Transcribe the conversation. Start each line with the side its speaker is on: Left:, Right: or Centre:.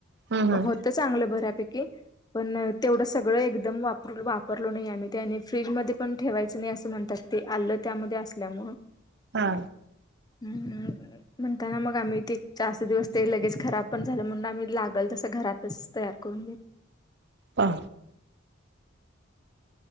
Right: हम्म
Left: होत चांगलं बऱ्यापैकी पण तेवढं सगळं एकदम वापर वापरलो नाही आम्ही ते आणि फ्रीजमध्ये पण ठेवायचं नाही असं म्हणतात. ते आलं त्यामध्ये असल्यामुळं
Right: हा
Left: हम् म्हणताना मग आम्ही ते चारच दिवस ते लगेज खराब पण झालं म्हणून आम्ही लागल तसं घरातच तयार करून घेत <inaudible>
Right: हा